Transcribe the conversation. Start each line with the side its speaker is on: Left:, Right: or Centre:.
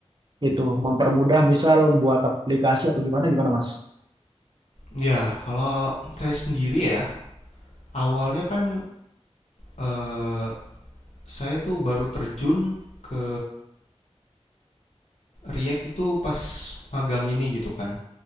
Right: itu mempermudah misal buat aplikasi atau gimana gimana, Mas?
Left: ya kalau saya sendiri ya Awalnya kan eh, saya tuh baru terjun ke React itu pas magang ini gitu kan.